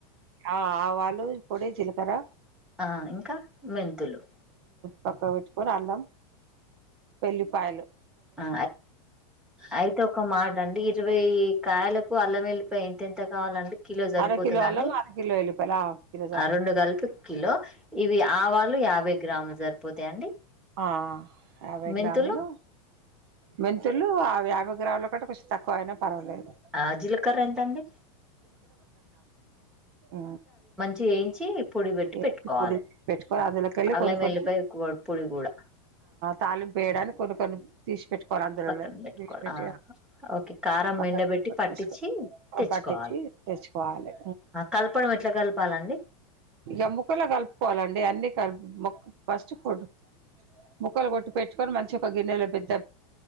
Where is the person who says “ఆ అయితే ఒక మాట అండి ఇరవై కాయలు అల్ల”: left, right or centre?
Centre